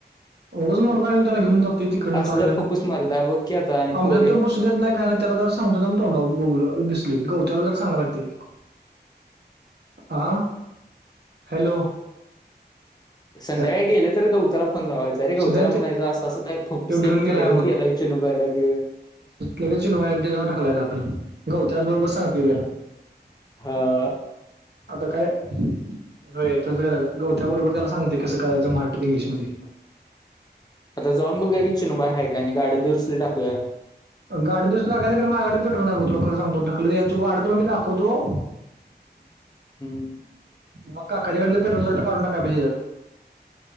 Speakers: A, on the right (about 70°); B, on the left (about 20°).
A: उगाच मर्दा त्याला येऊन घेऊन जातो तिकडं
B: असलं फपूस मर्दा बघ की आता आणि पोरी
A: <unintelligible> देत नाही काय नाही त्याला जर सांगत तोंडा ब दिसली गवत्याला जर सांायला लागते <unintelligible> आह? हॅलो!
B: संध्याकाळी
A: हॅ
B: गेले तर गौताला फोन लावायच तरी गवत्याला
A: समजा
B: म्हणच्या
A: ते
B: असं असं काय फूफ
A: तो
B: स्कीन
A: घेऊन गेलाय
B: तिकडच गेल्याचे नुभावला घे.
A: लगेचिनवायर दिगव टाकलाय गं आपण गवत्या बरोबर सांगते त्याला.
B: हां.
A: आता काय वय तसं करायचं गवत्या बरोबर त्याला सांगते कसं करायचं मराठीत इंग्लिशमध्ये.
B: आता जाऊन बघूया की चिनूबा आहे काय नाय गाडी दुरसली टाकूया.
A: गाडी दुस लागायचं खरं मा गाडीत पेट्रोल नाही भाऊ तुला खरं सांगतो ढकलत याय तो गाडी तुला मी दाखवतो.
B: हम्म.
A: मग काकाच्या गाडीला पेट्रोल सारखा काढून टाकालाय बाईया.